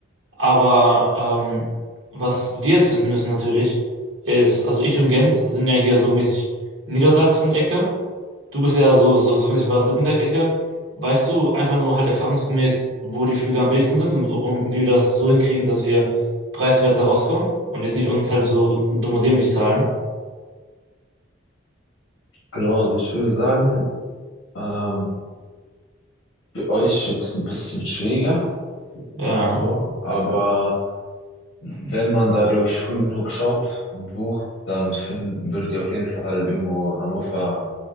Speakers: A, on the right; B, on the left.
A: Aber ähm, was wir jetzt wissen müssen natürlich, ist, also ich und Gent sind ja hier so mäßig Niedersachsen-Ecke. Du bist ja so, so, so mäßig Baden-Württemberg-Ecke. Weißt du einfach nur halt erfahrungsgemäß, wo die Flüge am billigsten sind und, und wie wir das so hinkriegen, dass wir preiswert da rauskommen und jetzt nicht uns halt so dumm und dämlich zahlen?
B: Genau, also ich würde sagen, ähm, Für euch jetzt ein bisschen schwieriger,
A: Ja.
B: so, aber wenn man da, glaube ich, früh genug schaut und bucht, dann find, würdet ihr auf jeden Fall irgendwo Hannover